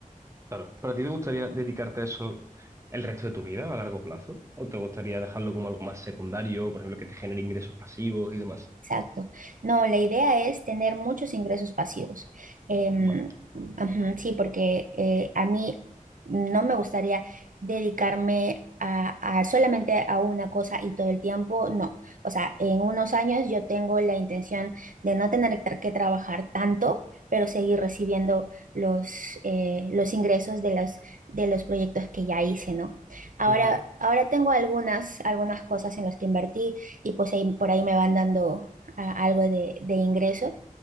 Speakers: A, on the right; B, on the right.
A: Claro. ¿Para ti te gustaría dedicarte a eso el resto de tu vida a largo plazo? ¿O te gustaría dejarlo como algo más secundario, por ejemplo, que te genere ingresos pasivos y demás?
B: Exacto. No, la idea es tener muchos ingresos pasivos. Em,
A: Vale.
B: ajá, sí, porque eh, a mí no me gustaría dedicarme a, a solamente a una cosa y todo el tiempo, no. O sea, en unos años yo tengo la intención de no tener tra- que trabajar tanto, pero seguir recibiendo los, eh, los ingresos de los, de los proyectos que ya hice, ¿no? Ahora,
A: Ujú.
B: ahora tengo algunas, algunas cosas en las que invertí y pues ahí, por ahí me van dando a- algo de, de ingreso,